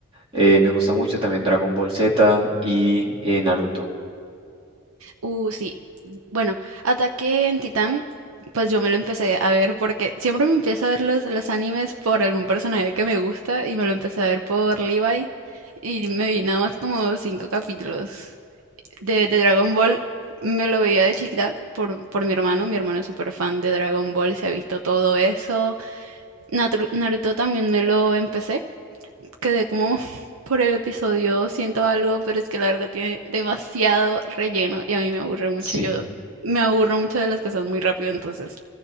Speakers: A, on the right; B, on the right.
A: Eh, me gusta mucho también Dragon Ball Z y eh, Naruto.
B: Uh, sí. Bueno, Ataque en Titán, pues yo me lo empecé a ver porque siempre me empiezo a ver los, los animes por algún personaje que me gusta y me lo empecé a ver por Levi y me vi nada más como cinco capítulos. De, de Dragon Ball me lo veía de chiquita por, por mi hermano, mi hermano es súper fan de Dragon Ball, se ha visto todo eso. Natru- Naruto también me lo empecé quedé como <laughs> por el episodio, siento algo, pero es que la verdad tiene demasiado relleno y a mí me aburre mucho.
A: Sí.
B: Yo me aburro mucho de las cosas muy rápido, entonces